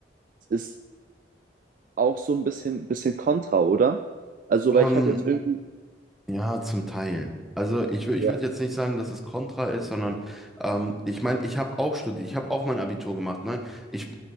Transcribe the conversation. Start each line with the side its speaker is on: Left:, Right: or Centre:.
Right: Es ist auch so ein bisschen, bisschen kontra, oder? Also,
Centre: Ähm,
Right: weil ich habe jetzt irgendwie.
Centre: ja, zum Teil. Also ich, wür- ich
Right: Ja,
Centre: würde jetzt nicht sagen, dass es kontra ist, sondern ähm, ich meine, ich habe auch studiert, ich habe auch mein Abitur gemacht. Ne? Ich